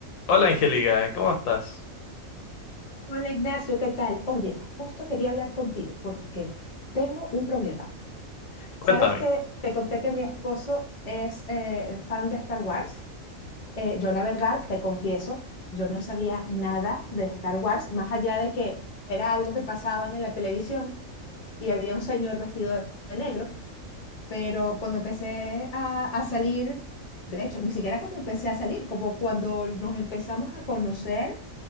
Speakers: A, on the left; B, on the left.
A: Hola Angélica, ¿cómo estás?
B: Hola Ignacio, ¿qué tal? Oye, justo quería hablar contigo porque tengo un problema.
A: Cuéntame.
B: ¿Sabes que te conté que mi esposo es eh, fan de Star Wars? Eh, yo la verdad, te confieso, yo no sabía nada de Star Wars, más allá de que era algo que pasaban en la televisión y había un señor vestido de de negro, pero cuando empecé a, a salir, de hecho, ni siquiera cuando empecé a salir, como cuando nos empezamos a conocer